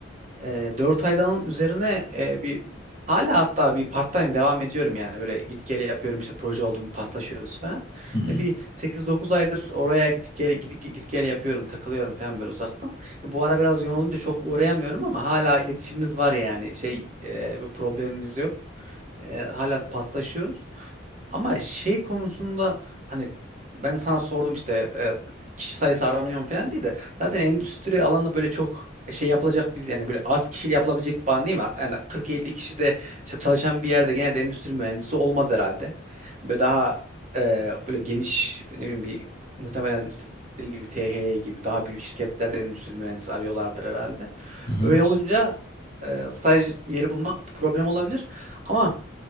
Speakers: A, on the right (about 40°); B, on the left (about 20°).
A: E, 4 aydan üzerine e, bir hala hatta bir part time devam ediyorum yani böyle git gele yapıyorum işte proje oldu mu paslaşıyoruz falan.
B: Hmm.
A: Hani bir sekiz dokuz aydır oraya git gele, git, git gele yapıyorum takılıyorum falan böyle uzaktan. Bu ara biraz yoğun olunca çok uğrayamıyorum ama hala iletişimimiz var yani şey e, bir problemimiz yok. E, hala paslaşıyoruz. Ama şey konusunda hani ben sana sordum işte e, kişi sayısı aranıyor mu falan diye de zaten endüstri alanı böyle çok e, şey yapılacak bir yani böyle az kişiyle yapılabilecek bir alan değil mi? Yani 40-50 kişi de işte çalışan bir yerde genelde endüstri mühendisi olmaz herhalde. Böyle daha e, böyle geniş ne bileyim bir muhtemelen işte dediğim gibi THY gibi daha büyük şirketlerde endüstri mühendisi arıyorlardır herhalde.
B: Hı hı.
A: Öyle olunca e, staj yeri bulmak problem olabilir. Ama